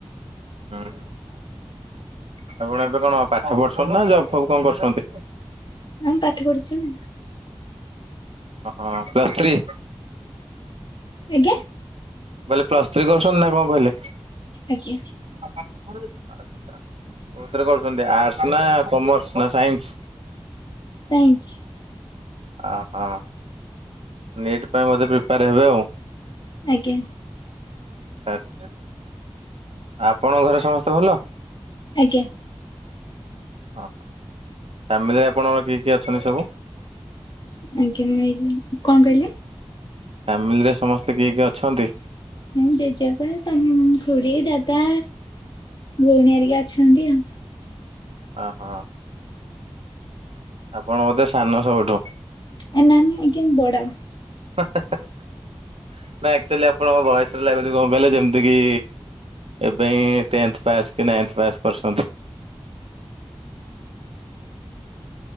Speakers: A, on the right; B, on the left.
A: ହୁଁ-ହୁଁ ଆପଣ ଏବେ କଣ ପାଠ ପଢୁଛନ୍ତି ନା ଜବ୍ ଫବ୍ କଣ କରୁଛନ୍ତି?
B: ହଁ ପାଠ ପଢିଛି ନା।
A: ଓହୋ ପ୍ଲସ୍ ଥ୍ରୀ।
B: ଆଜ୍ଞା।
A: ବୋଇଲେ ପ୍ଲସ ଥ୍ରୀ କରୁଛନ୍ତି ନା କଣ କହିଲେ।
B: ଆଜ୍ଞା।
A: ଆଚ୍ଛା।
B: ହ
A: କୋଉଥିରେ କରୁଛନ୍ତି ଆର୍ଟସ ନା କମର୍ସ ନା ସାଇନ୍ସ
B: <inaudible>
A: ଅ ହଁ। ନିଟ୍ ପାଇଁ ବୋଧେ ପ୍ରିପେୟାର ହେବେ ଆଉ।
B: ଆଜ୍ଞା।
A: ଆଚ୍ଛା। ଆପଣଙ୍କ ଘରେ ସମସ୍ତେ ଭଲ?
B: ଆଜ୍ଞା।
A: ହ ଫ୍ୟାମିଲିରେ ଆପଣଙ୍କର କିଏ କିଏ ଅଛନ୍ତି ସବୁ?
B: ଆଜ୍ଞା ମୁଁ ଏଇ ଯୋଉ କଣ କହିଲେ?
A: ଫ୍ୟାମିଲିରେ ସମସ୍ତେ କିଏ-କିଏ ଅଛନ୍ତି?
B: ମୁଁ ଜେଜେବାପା ତମ ଖୁଡିୀ ଦାଦା ଭଉଣୀଆରିକି ଅଛନ୍ତି ଆଉ।
A: ଅ ହଁ ଆପଣ ବୋଧେ ସାନ ସବୁଠୁ।
B: ଏ ନା-ନା ଆଜ୍ଞା ମୁଁ ବଡ।
A: ନା ଆକ୍ଚୁଆଲି ଆପଣଙ୍କ ବୟସରେ ଲାଗୁଛି କଣ କହିଲେ ଯେମିତି କି ଏବେ ହିଁ ଟେନ୍ଥ ପାସ୍ କି ନାଇନ୍ଥ ପାସ୍ କରଛନ୍ତି।